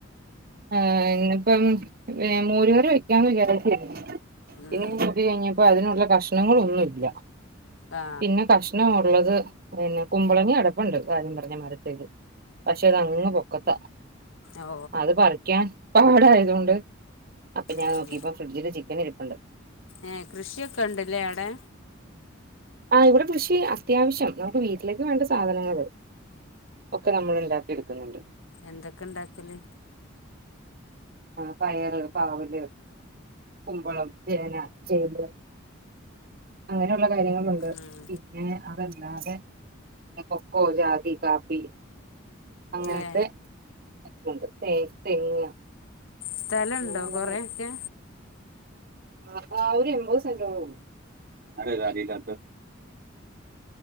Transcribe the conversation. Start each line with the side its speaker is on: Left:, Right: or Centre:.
Right: ആ ഇന്നിപ്പം മോര് കറി വെക്കാന്ന് വിചാരിച്ച്
Left: ഉം
Right: പിന്ന ഇത് കഴിഞ്ഞു ഇപ്പൊ അതിനൊള്ള കഷ്ണങ്ങളൊന്നുല്ല
Left: ആ
Right: പിന്നെ കഷ് കഷ്ണം ഒള്ളത് പിന്നെ കുമ്പളങ്ങി അടുപ്പൊണ്ട് കാര്യം പർഞ്ഞ മരത്തേല് പക്ഷെ അതങ്ങ് പൊക്കത്താ
Left: ഓ
Right: അത് പർ പാടായതോണ്ട് അപ്പൊ ഞാൻ
Left: ഉം
Right: നോക്കിപ്പോ ഫ്രിഡ്ജില് ചിക്കൻ ഇരിപ്പൊണ്ട്
Left: ഏ കൃഷിയൊക്കെണ്ടല്ലേ അവ്ടെ
Right: ആ ഇവിടെ കൃഷി അത്യാവശ്യം നമുക്ക് വീട്ടിലേക്ക് വേണ്ട സാധനങ്ങള് ഒക്കെ നമ്മള് ഒണ്ടാക്കി എടുക്കുന്നൊണ്ട്
Left: എന്തൊക്കിണ്ടാക്കല്
Right: ആ പയറ് പാവല് കുമ്പളം ചേന ചേമ്പ് അങ്ങനൊള്ള കാര്യങ്ങളൊണ്ട്
Left: ഉം
Right: പി പിന്നെ അതല്ലാതെ കൊക്കോ ജാതി കാപ്പി അങ്ങനത്തെ
Left: ഏ
Right: കൊണ്ട് തെ തെങ്ങ്
Left: സ്ഥലൊണ്ടോ
Right: അങ്ങനെയുള്ള
Left: കൊറേയക്കെ
Right: അപ്പോ ആ ഒരു എമ്പത് സെന്റൊ <unintelligible>